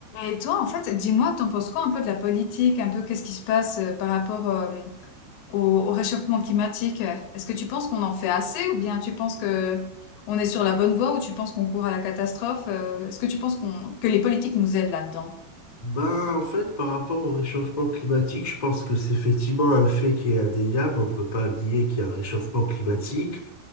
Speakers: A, on the left (about 85°); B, on the left (about 15°).
A: Et toi, en fait, dis-moi, t'en penses quoi un peu de la politique, un peu qu'est-ce qui se passe euh, par rapport euh, au, au réchauffement climatique? Est-ce que tu penses qu'on en fait assez ou bien tu penses que on est sur la bonne voie ou tu penses qu'on court à la catastrophe? euh, Est-ce que tu penses qu'on, que les politiques nous aident là-dedans?
B: Ben, en fait, par rapport au réchauffement climatique, je pense que c'est effectivement un fait qui est indéniable. On peut pas nier qu'il y a un réchauffement climatique